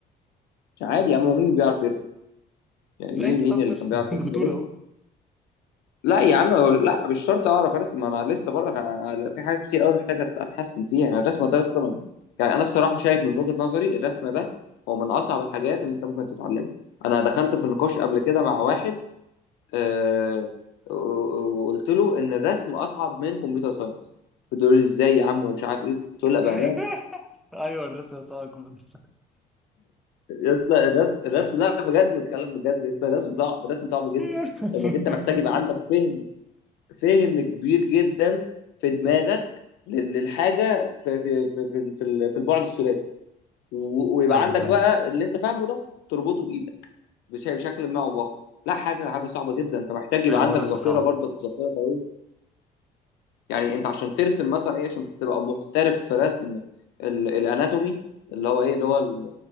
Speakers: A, on the left; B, in the centre.
A: مش عادي يا عم هو مين بيعرف يرسم يعني
B: لا
A: مين
B: انت
A: مين
B: بتعرف
A: اللي
B: ترسم
A: كان بيعرف
B: <laughs> انت
A: يرسم
B: بتقول
A: بس
B: اهو
A: لا يا عم هو- لا مش شرط اعرف ارسم ما انا لسه برضك انا أنا في حاجات كتير قوي محتاج أت- اتحسن فيها يعني الرسم ده اصلا يعني انا الصراحه شايف من وجهه نظري الرسم ده هو من اصعب الحاجات اللي انت ممكن تتعلمها انا دخلت في نقاش قبل كده مع واحد آه و- و- وقلت له ان الرسم اصعب من كمبيوتر ساينس فضل يقول لي ازاي يا عم ومش عارف ايه قلت له لا بامان
B: <laughs> ايوه الرسم صعب الكمبيوتر
A: يا اسطى الرسم الرسم لا بجد بتكلم بجد يا اسطى الرسم صعب الرسم صعب جدا
B: <laughs>
A: انك انت محتاج يبقى عندك فهم فهم كبير جدا في دماغك لل- للحاجه في في في في, في, ال- في البعد الثلاثي و- ويبقى
B: ايوه
A: عندك
B: فعلا
A: بقى اللي انت فاهمه ده تربطه بايدك بش- بشكل ما او باخر لا حاجه حاجه صعبه جدا انت محتاج يبقى
B: ايوه
A: عندك
B: هو الرسم
A: ذاكره
B: صعب
A: برضك ذاكره قويه يعني انت عشان ترسم مثلا ايه عشان تبقى محترف في رسم ال- الاناتومي اللي هو ايه اللي هو ال-